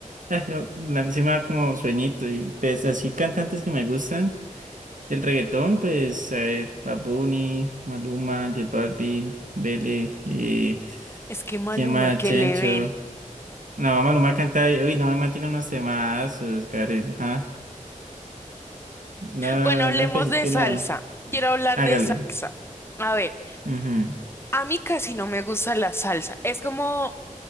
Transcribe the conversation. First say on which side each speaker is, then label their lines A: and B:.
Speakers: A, on the right; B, on the left.
A: ah, yo- la, sí me da como sueñito. Y pues así cantantes que me gustan del reggaetón, pues a ver, Bad Bunny, Maluma, J Balvin, Bele, eh,
B: Es que Maluma,
A: ¿quién más?
B: que
A: Chencho.
B: le ven.
A: No, Maluma canta, uy, no, me mantiene unos temazos, Karen, ah. No,
B: Bueno, hablemos
A: no me puede decir
B: de
A: que
B: salsa.
A: nada.
B: Quiero hablar
A: Hágale.
B: de salsa. A ver,
A: Ujú,
B: a mí casi no me gusta la salsa. Es como,